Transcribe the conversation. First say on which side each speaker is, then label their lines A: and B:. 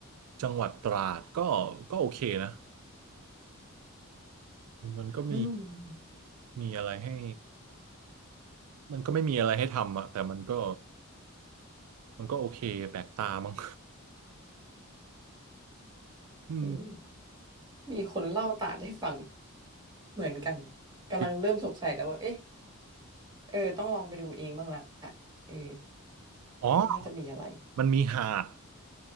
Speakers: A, on the right; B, on the right.
A: จังหวัดตราดก็ก็โอเคนะ มันก็มี
B: อืม
A: มีอะไรให้มันก็ไม่มีอะไรให้ทำอะแต่มันก็มันก็โอเคแปลกตามั้ง <laughs> อืม
B: อืมมีคนเล่าตาดให้ฟังเหมือนกันกำลังเริ่มสงสัยแล้วว่าเอ๊ะ
A: จริง
B: เออต้องลองไปดูเองบ้างละเออ
A: อ๋อ
B: น่าจะมีอะไร
A: มันมีหาด